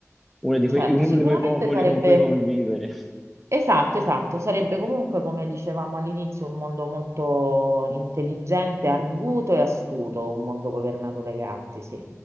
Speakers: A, in the centre; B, on the right (about 60°).
A: uno di
B: certo,
A: quei, uno
B: sicuramente
A: di quei popoli
B: sarebbe
A: con cui convivere.
B: Esatto, esatto, sarebbe comunque, come dicevamo all'inizio, un mondo molto intelligente, arguto e astuto, un mondo governato dai gatti, sì.